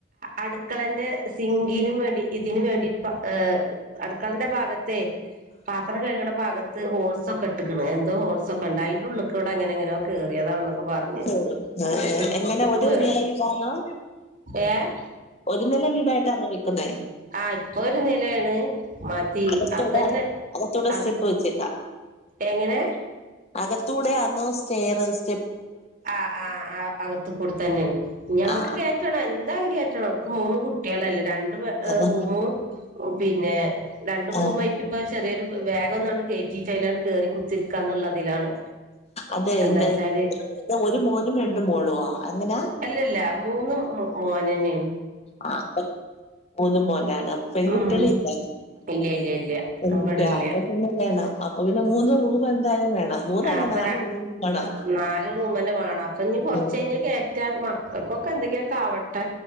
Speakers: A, on the right; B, on the left.
A: അടുക്കളന്റെ സിങ്കിനും വേണ്ടി ഇതിന് വേണ്ടി ഏഹ് അടുക്കളന്റെ ഭാഗത്തെ പാത്രം കഴുകണ ഭാഗത്ത് ഹോൾസ് സൊക്കെട്ടക്ണ്. എന്തോ ഹോൾസൊക്കണ്ട് അയ്ൻ്റെ ഉള്ള് ക്കൂടെ അങ്ങനെ എങ്ങനോ കേറിയതാന്നൊക്കെ പറഞ്ഞീന്ന്.
B: ശരി
A: ഇക്ക്
B: എങ്ങനെ ഒരു
A: പേ
B: നില വീടാന്നോ
A: ഏഹ്
B: ഒരു നില വീടായിട്ടാണോ വെക്കുന്നേ
A: ആ ഇപ്പൊ ഒരു നിലേണ് മതി
B: അകത്തൂടെ
A: അതന്നെ
B: അകത്തൂടെ
A: അത്
B: സ്റ്റെപ്പ് വെച്ചേക്കാ
A: എങ്ങനെ
B: അകത്തൂടെ ആന്നോ സ്റ്റേയറ്. സ്റ്റ
A: ആഹ് ആഹ് ആ അകത്ത് കൂടെ തന്നേണ് ഞമ്മക്ക്
B: ആ
A: കേറ്റണം എന്താലും കേറ്റണം. ഇക്ക് മൂന്ന് കുട്ടിയേളല്ലേ രണ്ട് പേ
B: അത്
A: റൂമും പിന്നെ രണ്ടു റൂം
B: ആ
A: ആയിട്ട് ഇപ്പൊ ചെറിയൊരു വേഗം ഒന്നാണ്ട് കേറ്റിട്ട് അയ്ലാണ്ട് കേറി കുത്തിരിക്കാന്നുള്ളതിലാണ്
B: അതെ
A: എന്താ
B: എന്തെ
A: വച്ചാല്
B: ഒരു മോനും രണ്ടു മോളുവാ അങ്ങനാ
A: അല്ലല്ല മൂന്നും മോനെന്നെണ്
B: ആ ന്നും മൂന്നും മോനാ പെൺകുട്ടികള്
A: ഉം
B: ഇല്ല.
A: ഇല്ല ഇല്ല ഇല്ല
B: പെൺകുട്ടി
A: ഇവിടെ ഇല്ല
B: ആപ്പ പിന്നെ വേണം അപ്പൊ പിന്നെ മൂന്ന് റൂമ് എന്തായാലും വേണം മൂന്നല്ല
A: ആ അപ്പൊ
B: നാല്
A: ര
B: റൂം വേണം
A: നാല് മൂന്നന്നെ വേണം അപ്പൊ നീ കൊറച്ചയിഞ്ഞ
B: ഉം.
A: കേറ്റാ മ ക്കൾക്കൊ എന്തങ്കിലക്കെ ആവ ട്ടെ.